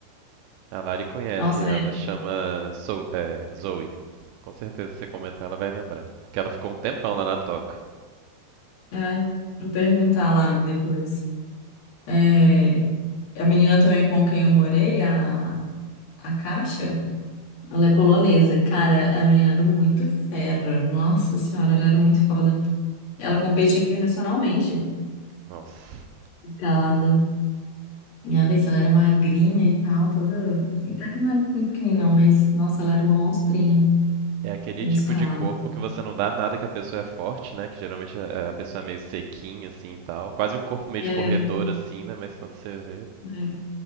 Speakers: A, on the right (about 85°); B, on the left (about 50°).
A: A Lari conhece
B: Nossa,
A: ela,
B: é,
A: chama So- é, Zoe. Com certeza se você comentar ela vai lembrar. Que ela ficou um tempão lá na toca.
B: é, vou perguntar a Lari depois. É, a menina também com quem eu morei, a, a Caixa, ela é polonesa. Cara, a menina era muito fera. Nossa senhora, ela era muito foda. Ela
A: Uhum.
B: competia internacionalmente.
A: Nossa.
B: escalada. E a Alice, ela era magrinha e tal, toda. assim, Até que não era muito pequenininha, não, mas nossa, ela era uma monstrinha
A: É aquele
B: em
A: tipo
B: escalada.
A: de corpo que você não dá nada que a pessoa é forte, né? Que geralmente a a pessoa é meio sequinha, assim e tal. Quase um corpo meio
B: É,
A: de corredor, assim, né? Mas quando você vê.
B: é.